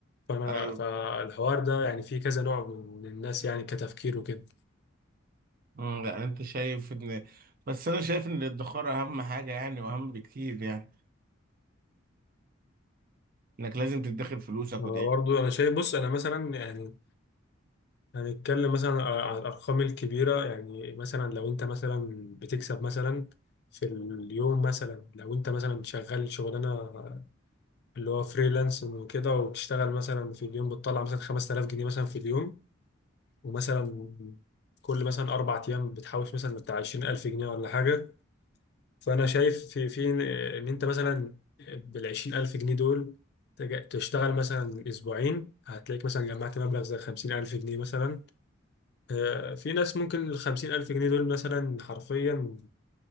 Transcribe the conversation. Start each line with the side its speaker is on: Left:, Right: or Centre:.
Left: فأنا
Right: ايوه
Left: فالحوار ده يعني فيه كذا نوع من الناس يعني كتفكير وكده
Right: امم يعني انت شايف ان بس انا شايف ان الادخار اهم حاجه يعني واهم بكتير يعني انك لازم تدخر فلوسك
Left: أنا
Right: وتعيش
Left: برضو أنا شايف بص أنا مثلا يعني هنتكلم مثلا على الأرقام الكبيرة يعني مثلا لو أنت مثلا بتكسب مثلا في اليوم مثلا لو أنت مثلا شغال شغلانة اللي هو فريلانس وكده وبتشتغل مثلا في اليوم بتطلع مثلا 5000 جنيه مثلا في اليوم ومثلا كل مثلا أربع أيام بتحوش مثلا بتاع 20000 جنيه ولا حاجة فأنا شايف في في إن أنت مثلا بال 20000 جنيه دول تج- تشتغل مثلا أسبوعين هتلاقيك مثلا جمعت مبلغ زي 50000 جنيه مثلا آه، في ناس ممكن الخمسين ألف جنيه دول مثلا حرفيا